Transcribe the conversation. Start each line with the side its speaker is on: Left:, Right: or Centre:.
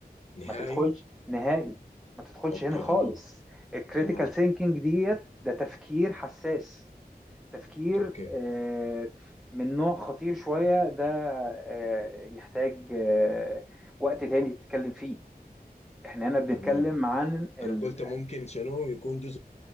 Left: نهائي
Centre: ما تدخلش نهائي ما تدخلش
Left: اوكي
Centre: هنا خالص
Left: تمام
Centre: الكريتيكال
Left: تمام
Centre: ثينكينج ديت ده تفكير حساس تفكير
Left: اوكي
Centre: آه، من نوع خطير شوية ده آه، يحتاج آه، وقت تاني تتكلم فيه احنا هنا بنتكلم
Left: تمام
Centre: عن ال...
Left: انا قلت ممكن شنو يكون جزء